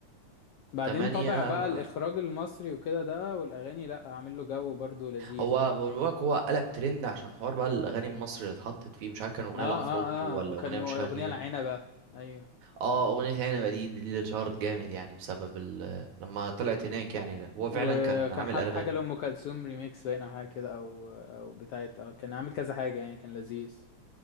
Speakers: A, on the left; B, on the right.
A: بعدين
B: 8
A: طبع بقى الاخراج المصري وكده ده والاغاني لا عامل له جو برضه لذيذ
B: هو
A: يعني
B: بقولك هو قلب ترند عشان حوار بقى الاغاني المصري اللي اتحطت فيه مش عارف كان اغنيه
A: اه
B: العفروت
A: اه
B: ولا
A: اه كان
B: اغنيه
A: هو
B: مش
A: اغنية
B: عارف كلمه
A: العنبة ايوه
B: اه اغنيه عنبه دي دي اللي اتشهرت جامد يعني بسبب ال... <laughs> لما طلعت هناك يعني لا، هو
A: وكان
B: فعلا كان عامل
A: حاط
B: قلبان
A: حاجة لأم كلثوم ريميكس باين او حاجة كده او او بتاعت اه كان عامل كذا حاجة يعني كان لذيذ